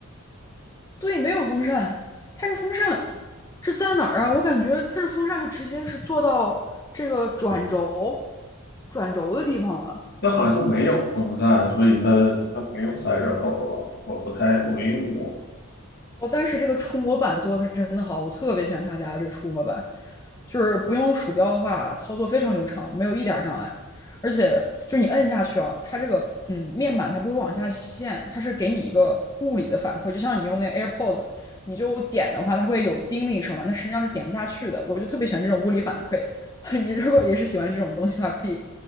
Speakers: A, on the left; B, on the left.
A: 对，没有风扇，它是风扇是在哪儿啊？我感觉它是风扇就直接是做到这个转轴转轴的地方了。
B: 那好像就没有风扇，所以它它没有散热口儿吧？我不太我没用过。
A: 哦，但是这个触摸板做的是真的好，我特别喜欢他家的这个触摸板，就是不用鼠标的话，操作非常流畅，没有一点儿障碍。而且就是你摁下去啊，它这个嗯面板它不会往下陷，它是给你一个物理的反馈，就像你用那个 AirPods，你就点的话，它会有叮的一声嘛，那实际上是点不下去的。我就特别喜欢这种物理反馈，<laughs> 你如果也是喜欢这种东西的话，可以